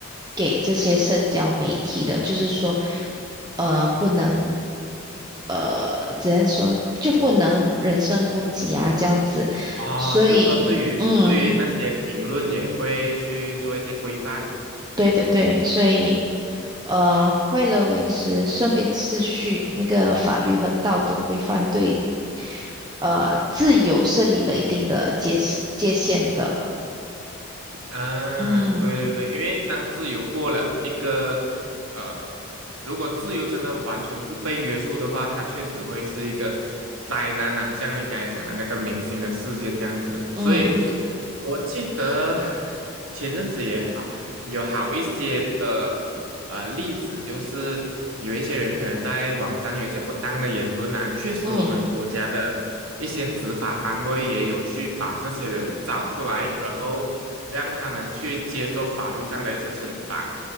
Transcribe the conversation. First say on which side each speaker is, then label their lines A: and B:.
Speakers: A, on the right; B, on the right.
A: 给这些社交媒体的，就是说呃不能呃只能说就不能人身攻击啊这样子。
B: 哦，
A: 所以嗯，
B: 就是说对于对于那些评论也会去做一些规范。
A: 对对对，所以。呃，为了维持社会秩序，那个法律和道德规范对呃自由设立了一定的界限界限的。
B: 啊，
A: 嗯
B: 对对对，因为当自由过了一个，呃，如果自由真的完全不被约束的话，它确实会是一个灾难呐、像你刚才讲的那个明星的事件这样子，
A: 嗯
B: 所以我记得前阵子也好。有好一些的呃例子，就是有一些人可能在网上有一些不当的言论啊，确实我们国家的一些执法单位也有去把这些人找出来，
A: 嗯，
B: 然后让他们去接受法律上的一些惩罚。